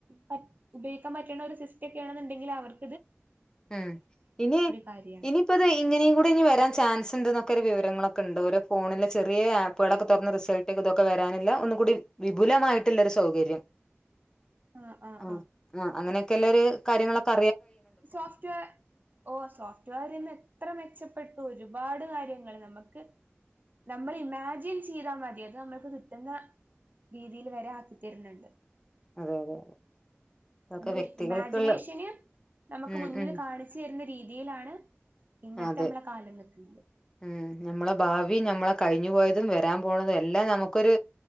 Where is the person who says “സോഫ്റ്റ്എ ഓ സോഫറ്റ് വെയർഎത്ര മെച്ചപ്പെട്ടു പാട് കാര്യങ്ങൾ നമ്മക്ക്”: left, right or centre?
Right